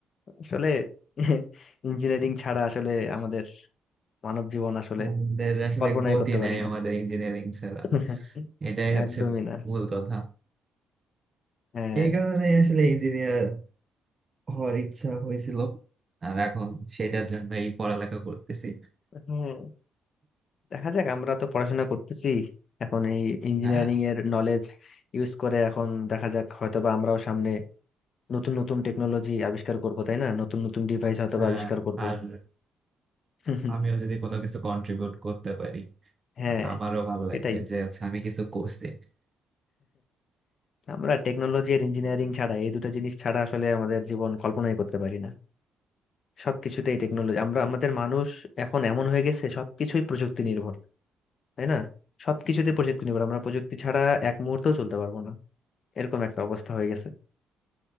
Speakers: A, on the left; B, on the right.
A: আসলে <laughs> ইঞ্জিনিয়ারিং ছাড়া আসলে আমাদের মানব জীবন আসলে
B: আমাদের আসলে
A: কল্পনাই
B: গতি
A: করতে পারি
B: নাই
A: না
B: আমাদের ইঞ্জিনিয়ারিং ছাড়া
A: <laughs>
B: এটাই হচ্ছে
A: একদমই না
B: মূল কথা
A: হ্যাঁ
B: এই কারণে আসলে ইঞ্জিনিয়ার হওয়ার ইচ্ছা হয়েছিল আর এখন সেটার জন্য এই পড়ালেখা করতেছি
A: হ্যাঁ দেখা যাক আমরা তো পড়াশোনা করতেছি এখন এই ইঞ্জিনিয়ারিং
B: হ্যাঁ
A: এর নলেজ ইউজ করে এখন দেখা যাক হয়তো বা আমরাও সামনে নতুন নতুন টেকনোলজি আবিষ্কার করব তাই না নতুন নতুন ডিভাইস হয়তো
B: হ্যাঁ
A: বা আবিষ্কার করব
B: আর
A: <laughs>
B: আমিও যদি কোনো কিছু কন্ট্রিবিউট করতে পারি
A: হ্যাঁ
B: আর আমারও ভালো
A: সেটাই
B: লাগবে যে হচ্ছে আমি কিছু করছি
A: আমরা টেকনোলজি আর ইঞ্জিনিয়ারিং ছাড়া এই দুটো জিনিস ছাড়া আসলে আমাদের জীবন কল্পনাই করতে পারি না সবকিছুতেই টেকনোলজি আমরা আমাদের মানুষ এখন এমন হয়ে গেছে সবকিছুই প্রযুক্তি নির্ভর তাই না সবকিছুতে প্রযুক্তি নির্ভর আমরা প্রযুক্তি ছাড়া এক মুহূর্তও চলতে পারবো না এরকম একটা অবস্থা হয়ে গেছে